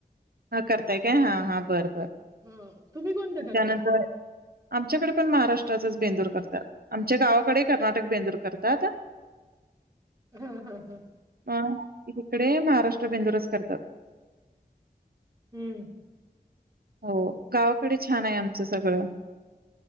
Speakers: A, on the right; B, on the right.
A: हा करताय काय हा हा बरं बर
B: हा तुम्ही कोणतं करता?
A: त्यानंतर आमच्याकडे पण महाराष्ट्राचाच बेंदूर करतात. आमच्या गावाकडे कर्नाटक बेंदूर करतात.
B: हा हा हा.
A: अ इकडे महाराष्ट्र बेंदुरच करतात.
B: हम्म.
A: हो गावाकडे छान आहे आमचं सगळं.